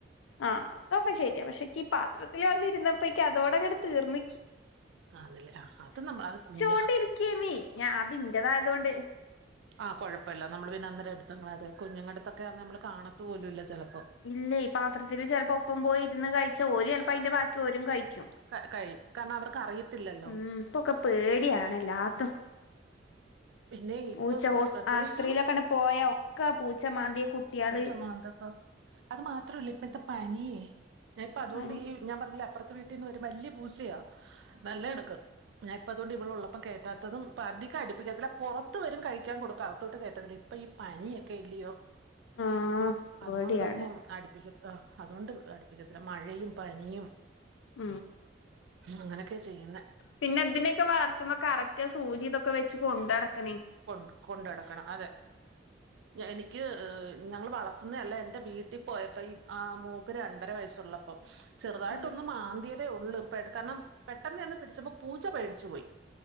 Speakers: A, on the left; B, on the right.
A: ആഹ് അതൊക്കെ ശെരിയ പക്ഷേ ക്കീ ഈ പാത്രത്തിൽ വന്നിരുന്നപ്പൊയ്ക്ക് അതോടങ്ങട്ട് തീർന്ന്ക്ക്.
B: ആത് ല ആഹ് അത് നമ്മൾ അത് കുഞ്ഞ
A: ച്ചോണ്ടിരിക്കേന് ഞാൻ അത് ഇന്റെതായോണ്ട്.
B: ആഹ് കൊഴപ്പല്ല നമ്മള് പിന്നെ അന്നേരം എടുത്തങ്ങളയാതെ കുഞ്ഞുങ്ങടുത്തൊക്കെ നമ്മള് കാണത്ത് പോലും ഇല്ല ചെലപ്പോ
A: ഇല്ലേ ഈ പാത്രത്തില് ചെലപ്പോ ഒപ്പം പോയി ഇരുന്ന് കഴിച്ചാ ഓല് ചെലപ്പ അതിന്റെ ബാക്കി ഓരും കഴിക്കും.
B: ക കഴിയും കാരണം അവർക്ക് അറിയ ത്തില്ലല്ലോ
A: ഉം ഇപ്പൊക്കെ പേടിയാണ് എല്ലാത്തും
B: പിന്നെയ്
A: പൂച്ച ഹോസ്
B: പ്രത്യേകിച്ചും
A: ആശുപത്രിയിലൊക്കെണ്ട് പോയാ ഒക്കെ പൂച്ച മാന്തിയ കുട്ടിയാള്
B: പൂച്ചമാന്തൊക്കെ അത് മാത്ര അല്ല ഇപ്പഴ്ത്തെ പനിം ഞാൻ ഇപ്പൊ അതുകൊണ്ട്
A: ആഹ്
B: ഈ ഞാൻ പറഞ്ഞില്ലേ അപ്പറത്തെ വീട്ടിന്ന് വഒരും. വലിയ പൂച്ചയാ നല്ല എണക്കം. ഞാ ഇപ്പ അതുകൊണ്ട് ഇവിളൊള്ളപ്പം കേറ്റാത്തതും. പ്പ അധികം അടിപ്പിക്കത്തില്ല പൊറത്ത് വരും കഴിക്കു പിക്കാകൊടുക്ക അകത്തോട്ട് കേറ്റരുത് ഇപ്പൊ ഈ പനിയൊക്കെ ഇല്ലയോ?
A: ആഹ് പേടിയാണ്
B: അതോണ്ടിപ്പം അടുപ്പിക്കത് അതോണ്ട് അടുപ്പിക്കത്തില്ല. മഴയും, പനിയും.
A: ഉ
B: അങ്ങനൊക്കെ ചെയ്യുന്നെ
A: പിന്നെ ഇതിനെയൊക്കെ വളർത്തുമ്പോ കറ ഒക്കെ സൂചി ഇതൊക്കെ വെച്ച് കൊണ്ടടക്കണേ?
B: കൊ കൊണ്ടടക്കണം അതെ എനിക്ക് ഞങ്ങൾ വളർത്തുന്നല്ല. എൻ്റെ വീ ട്ടി പോയപ്പോ ഈ ആഹ് മോക്ക് രണ്ടര വയസ്സുള്ളപ്പം ചെറുതായിട്ടൊന്ന്
A: ഉം
B: മാന്തിയതേയുള്ളൂ. ഇപ്പ കാരണം പെട്ടെന്ന് ചെന്ന് പിടിച്ചപ്പോ പൂച്ച പേടിച്ചു പോയി